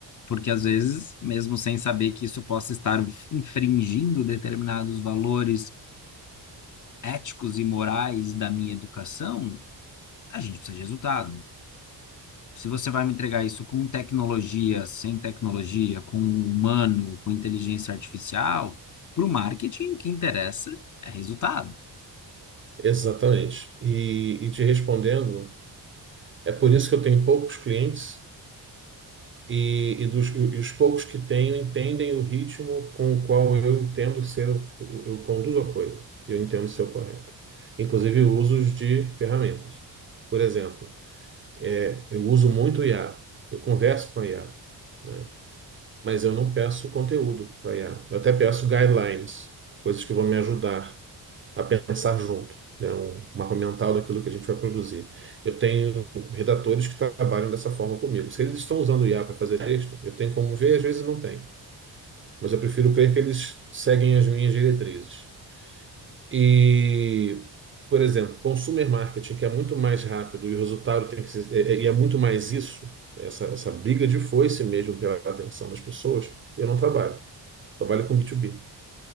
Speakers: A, on the left; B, on the right.
A: porque às vezes, mesmo sem saber que isso possa estar infringindo determinados valores éticos e morais da minha educação, a gente precisa de resultado. Se você vai me entregar isso com tecnologia, sem tecnologia, com um humano, com inteligência artificial, para o marketing o que interessa é resultado.
B: Exatamente. E, e te respondendo, é por isso que eu tenho poucos clientes e, e, dos, e os poucos que tenho entendem o ritmo com o qual eu entendo ser, o- o- eu conduzo a coisa. Eu entendo ser o correto. Inclusive usos de ferramentas. Por exemplo, é, eu uso muito o IA. Eu converso com a IA, né? mas eu não peço conteúdo para IA. Eu até peço guidelines, coisas que vão me ajudar a pensar junto, né? Um mapa mental daquilo que a gente vai produzir. Eu tenho redatores que trabalham dessa forma comigo. Se eles estão usando o IA para fazer texto, eu tenho como ver, às vezes não tem. Mas eu prefiro crer que eles seguem as minhas diretrizes. E, por exemplo, consumer marketing, que é muito mais rápido e o resultado tem que ser, é, é- e é muito mais isso, essa, essa briga de foice mesmo pela atenção das pessoas, eu não trabalho trabalha com B2B.